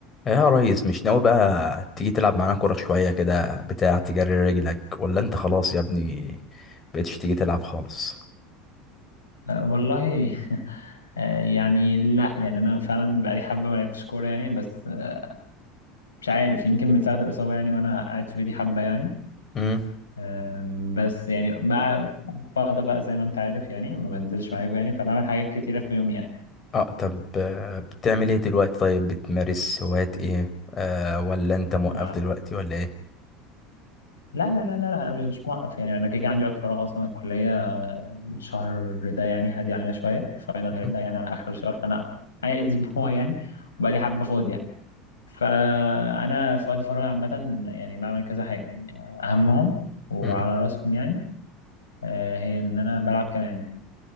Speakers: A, on the left; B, on the left.
A: يا ريس مش ناوي بقى تيجي تلعب معانا كورة شوية كده بتاع تجري رجلك ولا انت خلاص يا ابني بقيتش تيجي تلعب خالص
B: آه، والله <laughs> آه، يعني لا يعني انا فعلا بقالي حبه ما لعبتش كوره يعني بس آه، مش عارف يمكن من ساعه الاصابه يعني وانا قاعد في بيتي حبه يعني
A: امم
B: آم، بس يعني بقى فاضي بقى زي ما انت عارف يعني ما بنزلش معاكم يعني فبعمل حاجات كتيره في يوم يعني
A: اه طب آه، بتعمل ايه دلوقتي طيب بتمارس هوايات ايه آه ولا انت موقف
B: مع
A: دلوقتي ولا ايه
B: لا لا لا لا لا انا مش مش موقف يعني انا كده كده عندي وقت فراغ اصلا الكليه الشهر ده يعني هادي علينا شويه الفاينل
A: مم.
B: هيبدا يعني على اخر الشهر فانا معايا <laughs> اسبوع يعني وبقى لي حبه فاضي يعني فانا في وقت فراغي عامه يعني بعمل كذا حاجه يعني اهمهم وعلى
A: مم.
B: راسهم يعني آه، هي ان انا بلعب كمان